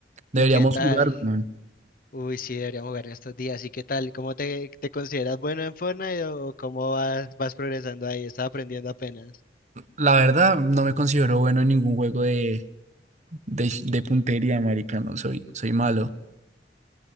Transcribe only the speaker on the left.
¿Y qué tal?
Uy, sí, deberíamos jugar en estos días. ¿Y qué tal? ¿Cómo te, te consideras bueno en Fortnite o cómo vas, vas progresando ahí? Estás aprendiendo apenas.